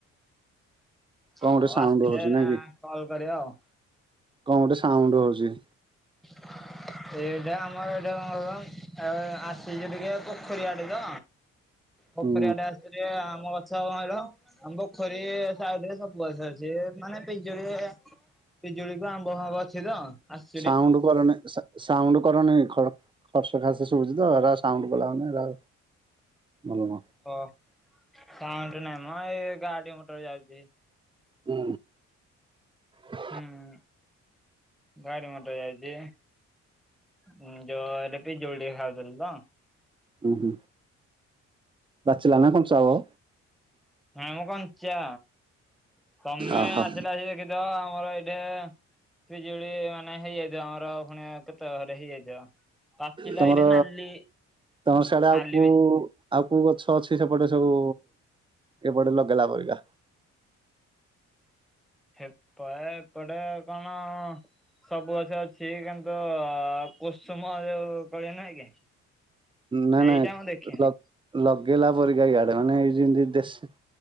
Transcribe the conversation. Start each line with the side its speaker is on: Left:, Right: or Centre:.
Right: କଣ
Centre: ହଁ
Right: ଗୋଟେ
Centre: ଉ
Right: ସାଉଣ୍ଡ
Centre: ଆସିଥିଲେ
Right: ହଉଛି
Centre: ଏ
Right: ନାଇଁ କି
Centre: କଲ କରିବା ଆଉ।
Right: କଣ ଗୋଟେ ସାଉଣ୍ଡ ହଉଛି!
Centre: ହଁ <unintelligible> ଏ ଏଟା ଆମର ଯଉ ଉ ଏଇଟା କଣ କ ଆସିଛି ଟିକେ ପୋଖରୀଆଡେ ତ
Right: ହୁଁ।
Centre: ପୋଖରୀଆଡେ ଆସିଥିଲି ଆମ ଗଛ କଣ କହିଲ ଆମ ପୋଖରୀ ସାଡରେ ସବୁ ଗଛ ଅଛି ମାନେ ପିଜୋଳି ପିଜୁଳିକୁ ଆମ୍ବ ହଂ ଗଛ ଭଙ୍ଗ ଅଛି ତ ଅ
Right: ସାଉଣ୍ଡ କର ନି ସା ସାଉଣ୍ଡ କରନିଁ ଖର୍ସ ଖାସ ଶୁଭା ଶୁଛି ତ ସାଉଣ୍ଡ କଲାମାନେ ଭଲ।
Centre: ଓ ସୋଉନ୍ଦ ନାଇଁ ମୋ ଏଇ ଗାଡି ମଟର ଯାଉଛି।
Right: ହୁଁ! ହଁ
Centre: ହୁଁ! ଗାଡ଼ି ମୋଟର ଯାଇଛି। ଉଁ ଜଉ ବି ପିଜୁଳି ଜୋଉ ଟେ ଖାଉଥିଲ ତ
Right: ହୁଁ ହୁଁ, ପାଚିଲା ନା କନ ଚାଉଳ?
Centre: ନାହିଁ ମୋ କଞ୍ଚା, ତମେ
Right: ଅହୋ
Centre: ଆସିଲ ଆସିକି ଦେଖିଥିବ ଆମର ଏଇଠେ ପିଜୁଳି ହେ ମାନେ ହେଇଯାଇଥିବ ଆମର ପୁଣି କେତେ ଘରେ ହେଇଯାଇଥିବ। ପାଚିଲା
Right: ତମର
Centre: ଏଇଠି ନାଲି
Right: ତମର ସିଆଡେ ଆଉ
Centre: ନାଲି
Right: କୁ
Centre: ବି
Right: ଆଉ କୁ ଗଛ ଅଛି ସେପଟେ ସବୁ ଏପଟେ ଲଗେଇଲା ପରିକା?
Centre: ହେପଟେ ଏପଟେ କଣ ଅ ସବୁ ଗଛ ଅଛି କିନ୍ତୁ ଅ କୁସୁମ ଯୋଉ କଳି ନୁହଁ କି?
Right: ନାଇ
Centre: ସେଇଟା
Right: ନାଇ
Centre: ମୁଁ ଦେଖିନି।
Right: ଲଗ ଲଗେଇଲା ପରିକା ଇଆଡେ ମାନେ ଏଇ ଯେମିତି ଦେଶୀ